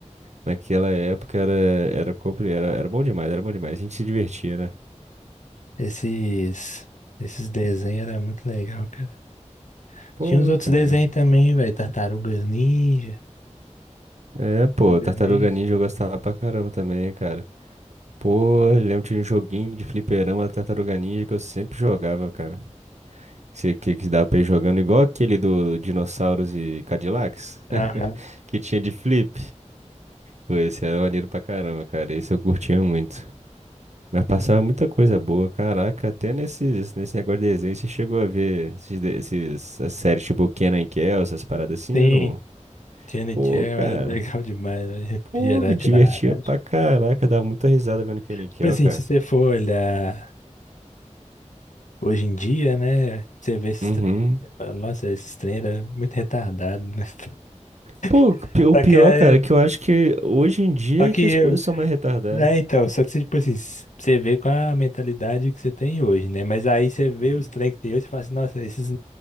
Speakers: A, on the right (about 65°); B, on the left (about 85°).
A: Naquela época era, era, compli- era, era bom demais, era bom demais. A gente se divertia, né?
B: Esses, esses desenhos eram muito legal, cara.
A: Pô,
B: Tinha uns outros
A: cara.
B: desenhos também, velho. Tartarugas Ninja.
A: É, pô,
B: Tartarugas
A: Tartaruga
B: Ninja.
A: Ninja eu gostava pra caramba também, cara. Pô, eu lembro de um joguinho de fliperama Tartaruga Ninja que eu sempre jogava, cara. Que, que, que dava pra ir jogando igual aquele do Dinossauros e Cadillacs, <laughs>
B: Aham.
A: que tinha de flip. Pô, esse era maneiro pra caramba, cara. Esse eu curtia muito. Mas passava muita coisa boa, caraca. Até nesses, nesse negócio de desenho, você chegou a ver esses, de- esses, as séries tipo Kenan e Kel, essas paradas assim,
B: Sim.
A: eu não.
B: Tiana
A: Pô,
B: e era
A: cara.
B: legal demais, velho. Refrigerante
A: Pô, me divertia
B: laranja.
A: pra
B: <laughs>
A: caraca. Dava muita risada vendo Kenan e Kel,
B: Tipo assim,
A: cara.
B: se você for olhar hoje em dia, né? Você vê esses
A: Uhum.
B: trem. Você fala, Nossa, esses trem era muito retardado, né? <laughs>
A: Pô, o pi- o
B: Só
A: pior,
B: que, é-
A: cara, é que eu acho que hoje em dia
B: só que
A: é que as coisas são mais retardadas.
B: É, então, só que você, tipo assim, s- você vê com a mentalidade que você tem hoje, né? Mas aí você vê
A: Uhum.
B: os trem que tem hoje e fala assim, nossa, esses